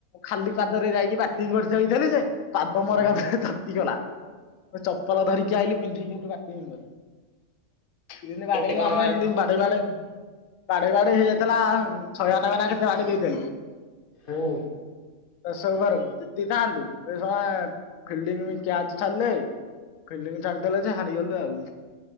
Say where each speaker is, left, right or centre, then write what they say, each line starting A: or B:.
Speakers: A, on the left; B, on the left.
A: ଖାଲି ପାଦରେ ଯାଇକି ଵ୍ୟାଟିଙ୍ଗ ଗଡି ହେଇଥିଲି ଯେ ପାଦମୋର
B: ହଁ
A: ଏକାଥରେ ତାତିଗଲା ଚପଲ ଧରିକି ଆଇିଲ ପିନ୍ଧିକି ହେଟୁ ବ୍ୟାଟିଂ କଲି। ଯେମତି ବାଡେଇଲୁ
B: କେତେ କଣ
A: ଆମେ
B: ଆଡେ
A: ଏମତି ବାଡେଇ ବାଡେଇ ବାଡେଇ ବାଡେଇ ହେଇଯାଇଥିଲା ଛୟାନବେ ନା କେତେ ବାଡେ ଦେଇଥେଲେ
B: ହୁଁ।
A: !!!!!!!!!! ଫିଲ୍ଡିଙ୍ଗ ଚାରିଦେଲେ ଯେ ହାଡିଗଲେ ଆଉ